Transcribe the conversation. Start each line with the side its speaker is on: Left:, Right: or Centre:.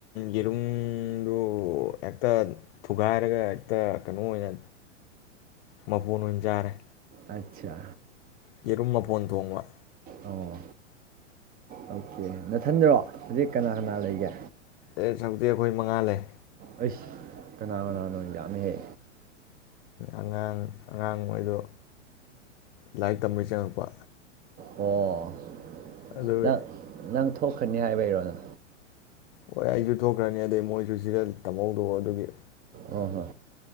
Left: ꯌꯦꯔꯨꯝꯗꯨ ꯍꯦꯛꯇ ꯊꯨꯒꯥꯏꯔꯒ ꯍꯦꯛꯇ ꯀꯩꯅꯣ ꯑꯣꯏꯅ ꯃꯄꯣꯟ ꯑꯣꯏꯅ ꯆꯥꯔꯦ
Right: ꯑꯆꯥ
Left: ꯌꯦꯔꯨꯝ ꯃꯐꯣꯟ ꯊꯣꯡꯕ
Right: ꯑꯣ ꯑꯣꯀꯦ ꯅꯊꯟꯗꯔꯣ ꯍꯧꯖꯤꯛ ꯀꯅꯥ ꯀꯅꯥ ꯂꯩꯒꯦ
Left: ꯑꯦ ꯁꯛꯇꯤ ꯑꯩꯈꯣꯏ ꯃꯉꯥ ꯂꯩ
Right: ꯑꯩꯁ ꯀꯅꯥ ꯀꯅꯥꯅꯣ ꯌꯥꯝꯃꯦꯍꯦ
Left: ꯑꯉꯥꯡ ꯑꯉꯥꯡ ꯃꯣꯏꯗꯣ ꯂꯥꯏꯔꯤꯛ ꯇꯝꯕꯩ ꯆꯪꯉꯛꯄ
Right: ꯑꯣ
Left: ꯑꯗꯨꯒꯤ
Right: ꯇ ꯅꯪ ꯊꯣꯛꯀꯅꯤ ꯍꯥꯏꯕꯩꯔꯣꯅ
Left: ꯑꯣꯏ ꯑꯩꯖꯨꯠ ꯊꯣꯛꯈ꯭ꯔꯅꯤ ꯑꯗꯩ ꯃꯣꯏꯖꯨ ꯁꯤꯗ ꯇꯝꯍꯧꯗ ꯑꯗꯨꯒꯤ
Right: ꯑꯣ ꯍꯣ